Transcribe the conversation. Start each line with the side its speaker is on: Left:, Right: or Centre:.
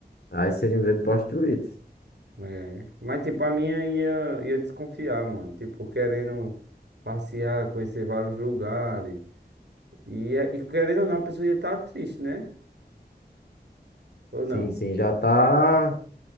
Left: Aí seria um grande plot twist.
Right: É. Mas, tipo, a minha ia, ia desconfiar, mano. Tipo, querendo passear, conhecer vários lugares. E, é- e querendo ou não, a pessoa ia estar triste, né? Ou não?
Left: Sim, sim,
Right: A
Left: já tá